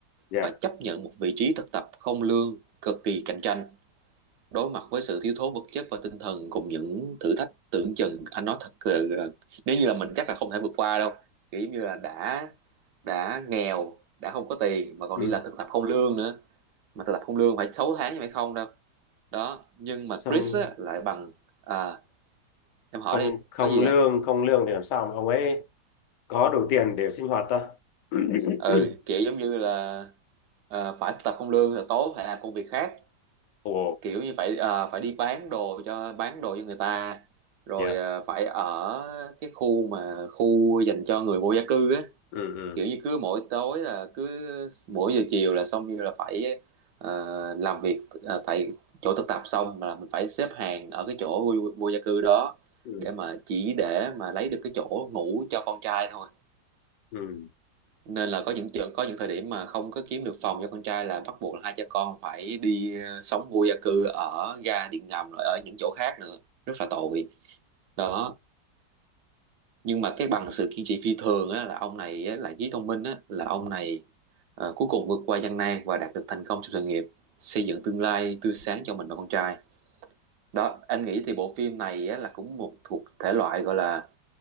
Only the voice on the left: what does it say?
dạ.
Ừ.
Xong
không
không
lương
không lương thì làm sao mà ông ấy có đủ tiền để sinh hoạt ta <coughs>
ồ
dạ
ừ ừ
ừ
ừ